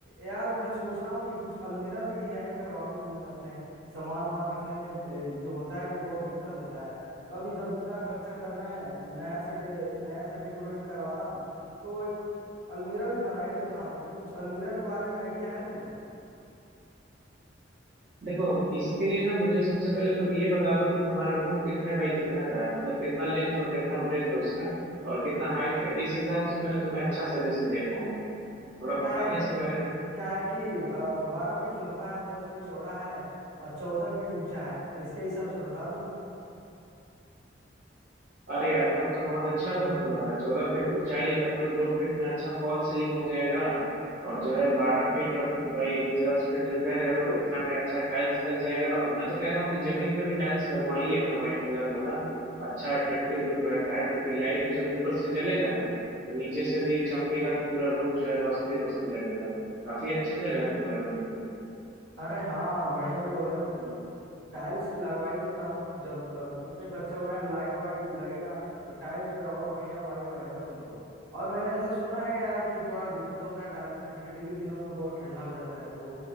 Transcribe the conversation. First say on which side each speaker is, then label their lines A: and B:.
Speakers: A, on the right (about 80°); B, on the right (about 60°).
A: यार मैं सोच रहा हूँ कि कुछ अलमीरा भी डिजाइन करवा लूँ रूम में अपने सामान वामान रखने में ए, जो होता है कि बहुत दिक्कत होता है तो अभी जब इतना खर्चा कर रहे हैं नया से डे नया से डेकोरेट करवा रहा हूँ तो एक अलमीरा भी बना ही लेता हूँ तो कुछ अलमीरा के बारे में आइडिया है तुम्हें
B: देखो इसके लिए ना मुझे सबसे पहले तुम ये बता दो कि तुम्हारा रूम कितने बाई कितना का है मतलब कितना लेंथ और कितना ब्रेथ है उसका और कितना हाइट है इस हिसाब से मैं तुम्हें अच्छा सजेशन दे पाऊंगा थोड़ा
A: क्या
B: बताना
A: है
B: इसके बारे में
A: क्या है कि बारह फीट लंबा है दस फीट चौड़ा है और चौदह फीट ऊंचा है तो इसके हिसाब से बता दो
B: अरे यार तब तो बहुत अच्छा रूम है तुम्हारा चौदह फीट ऊंचाई है तब तो दो फीट में अच्छा फॉल सीलिंग हो जाएगा और जो है बारह फीट और भाई दस फीट जो कह रहे हो उतना में अच्छा टाइल्स लग जाएगा और मैं तो कह रहा हूँ कि जमीन पे भी टाइल्स लगवा ही लेना व्हाइट कलर वाला अच्छा अट्रैक्टिव लुक रहता है क्योंकि लाइट जब ऊपर से जलेगा ना तो नीचे से भी चमकेगा तो पूरा रूम जो है रोशनी रोशनी लगेगा काफी अच्छा जगह है तुम्हारा रूम
A: अरे हाँ बढ़िया बोल रहे हो तुम टाइल्स लगवा ही लेता हूँ जब अ, इतने खर्चे हो रहे हैं लाइट वाइट लगेगा तो टाइल्स पे और बढ़िया वाइब आएगा उसमें तो और मैंने ऐसा सुना है यार कि थोड़ा दिक्कत होता है टाइल्स में ठंडी के दिनों में बहुत ठंडा हो जाता है तो